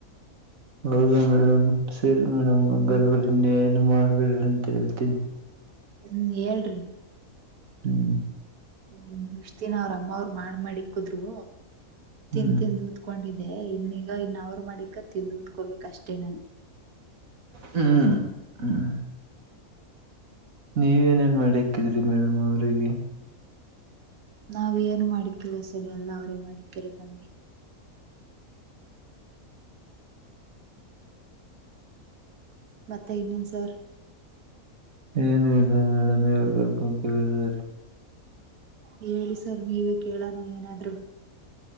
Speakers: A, on the right; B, on the right.
A: ಹೌದಾ ಮೇಡಮ್ ಸರಿ ಮೇಡಮ್ರ್ವರಿ
B: ಹ್ಮ್
A: ಇನ್ನ ಏನ್ ಮಾಡ್ಬೇಡ್ರಿ ತಿಲ್ತಿನ
B: ಹ್ಮ್ ಹೇಳಏ್ರಿ
A: ಹ್ಮ್
B: ಹ್ಮ್ ಎಷ್ಟ್ ದಿನ ಅವ್ರ ಅಮ್ಮ ಅವರು ಮಾಡ್ ಮಾಡಿಕ್ಕುದ್ರು ತಿನ್
A: ಹ್ಮ್
B: ತಿಿಂದ ತ್ಕೊಂಡಿದ್ ಅೇ ಇನ್ನೀಗ ಇನ್ ಅವ್ರ ಮಾಡಿಕ ತಿಂದು ಉದ್ಕೋಬೇಕಕ್ ಅಷ್ಟೇ ನನ್
A: ಹ್ಮ್ ಹ್ಮ್ ನೀವೇನೇನ್ ಮಾಡಕ್ಕಿದ್ರಿ ಮೇಡಮ್ ಅವ್ರಿಗೆ
B: ನಾವ ಏನು ಮಾಡಕ್ಕಿಲ್ಲ ಸರಿ ಎಲ್ಲ ಅವರೇ ಮಾಡಕ್ಕಿರ ನಮ್ಗೆ ಮತ್ತ ಇನ್ನು ಸರ್
A: ಏನ್ ಹೇಳ್ದ ಮೇಡಮ್ ಹೇಳ್ಬೇಕು ಕೇಳಿದ್ದಾರೆ
B: ಹೇಳಿ ಸರ್ ನೀವೇ ಕೇಳೋಣ ಏನಾದ್ರು